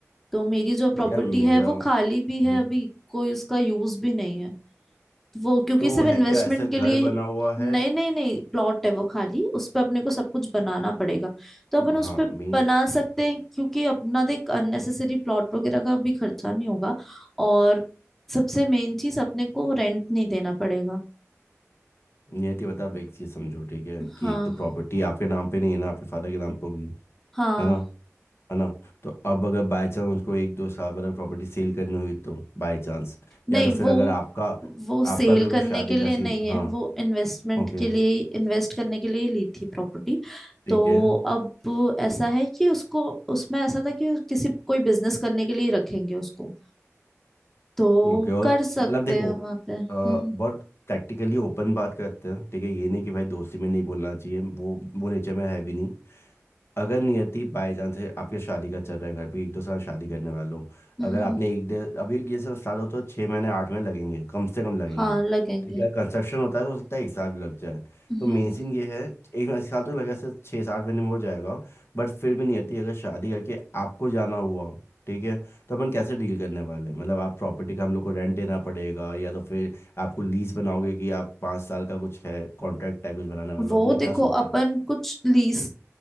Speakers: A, in the centre; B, on the left.
A: तो मेरी जो प्रॉपर्टी
B: यार मेरा
A: है वो खाली
B: हम्म,
A: भी है अभी कोई उसका यूज भी नहीं है वो क्योंकि
B: तो
A: सिर्फ
B: वो है
A: इन्वेस्टमेंट
B: क्या ऐसा घर
A: के लिए
B: बना हुआ है
A: नहीं नहीं नहीं प्लॉट है वो खाली उस पे अपने को सब कुछ बनाना पड़ेगा तो अपन
B: अब
A: उस
B: हाँ
A: पे
B: मेन
A: बना सकते हैं क्योंकि अपना देख अननेसेसरी प्लॉट वगैरह का भी खर्चा नहीं होगा और सबसे मेन चीज अपने को रेंट नहीं देना पड़ेगा
B: नियति बता अब एक चीज समझो ठीक है कि
A: हाँ
B: एक तो प्रॉपर्टी आपके नाम पे नहीं है ना आपके फादर के नाम पे होगी
A: हाँ
B: है ना है ना तो अब अगर बाय चांस उसको एक दो साल बाद अगर प्रॉपर्टी सेल करनी हुई तो बाय चांस
A: नहीं
B: या तो फिर
A: वो
B: अगर आपका
A: वो सेल
B: आपका अगर कोई
A: करने
B: शादी
A: के
B: का
A: लिए नहीं
B: सीन
A: है
B: हाँ
A: वो इन्वेस्टमेंट
B: ओके
A: के लिए इन्वेस्ट करने के लिए ही ली थी प्रॉपर्टी
B: ठीक
A: तो
B: है
A: अब ऐसा है कि उसको उसमें ऐसा था कि किसी कोई बिजनेस करने के लिए रखेंगे उसको तो
B: ओके और
A: कर सकते
B: मतलब देखो
A: हैं वहां पे हम्म
B: अ,
A: हम्म
B: बहुत टैक्टिकली ओपन बात करते हैं ठीक है ये नहीं कि भाई दोस्ती में नहीं बोलना चाहिए वो वो नेचर में है भी नहीं अगर नियति बाय चांस आपके शादी का चल रहा है घर पे एक दो साल शादी करने वाले हो
A: हम्म,
B: अगर
A: हम्म।
B: आपने एक डेढ़ अभी ये सब स्टार्ट हो तो छः महीने आठ महीने लगेंगे कम से कम लगेंगे
A: हाँ लगेंगे
B: ठीक है कंस्ट्रक्शन होता है तो हो सकता है एक साल भी लग जाए
A: हम्म
B: तो मेन
A: हम्म।
B: सीन ये है एक एक साल तो लगा से छः सात महीने में हो जाएगा बट फिर भी नियति अगर शादी करके आपको जाना हुआ ठीक है तो अपन कैसे डील करने वाले हैं? मतलब आप प्रॉपर्टी का हम लोग को रेंट देना पड़ेगा या तो फिर आपको लीज बनाओगे कि आप पाँच साल का कुछ है कॉन्ट्रैक्ट टाइप कुछ बनाने वाले
A: वो
B: हो आपने क्या
A: देखो
B: सोचा
A: अपन
B: है?
A: कुछ लीज